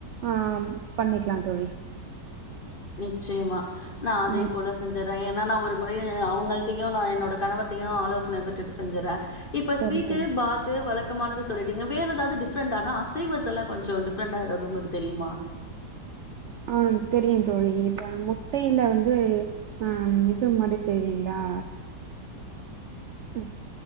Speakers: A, on the right; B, on the left.
A: ஆம் பண்ணிக்லா தோழி
B: நிச்சயமா நா அதே
A: ம்
B: போல செஞ்சுறேங்க நானா ஒரு முறையு அவ்ங்கள்டையு நா என்னோட கணவர்டயு ஆலோசனை பெற்றுட்டு செஞ்சுர்றே இப்ப
A: சரி
B: ஸ்வீட்டு
A: தோழி.
B: பாத் து வழக்கமானது சொல்லிட்டீங்க வேற எதாவ்து டிப்ரெண்டானா அசைவத்துல கொஞ்ச டிஃப்ரெண்டா எதாவ்து உங்களுக்கு தெரியுமா
A: ஆ தெரியு தோழி இப்ப முட்டையில வந்து ஆ இது மாரி செய்வீங்களா ஹம்